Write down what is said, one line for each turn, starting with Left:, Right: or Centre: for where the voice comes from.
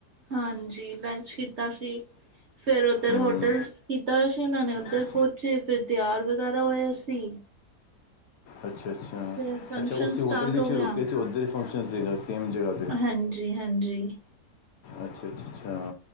Right: ਹਾਂਜੀ, ਲੰਚ ਕੀਤਾ ਸੀ ਫੇਰ ਓੱਧਰ
Left: ਹੂੰ
Right: ਹੋਟਲ ਕੀਤਾ ਹੋਯਾ ਸੀ ਓਨਾਂ ਨੇ ਓੱਧਰ
Left: ਹੋਇਆ
Right: ਪੋਂਚੇ ਫੇਰ ਤਯਾਰ ਵਗੈਰਾ ਹੋਏ ਅਸੀ।
Left: ਅੱਛਾ-ਅੱਛਾ,
Right: ਫਿਰ ਫੰਕਸ਼ਨ
Left: ਅੱਛਾ ਉਸੀ
Right: ਸਟਾਰਟ
Left: ਹੋਟਲ ਇੱਚ
Right: ਹੋ
Left: ਈ
Right: ਗਿਆ
Left: ਰੁਕੇ ਸੀ, ਓੱਧਰ ਈ ਫੰਕਸ਼ਨ ਸੀਗਾ ਸੇਮ ਜਗਾ ਤੇ।
Right: ਹਾਂਜੀ-ਹਾਂਜੀ।
Left: ਅੱਛਾ-ਅੱਛਾ, ਅੱਛਾ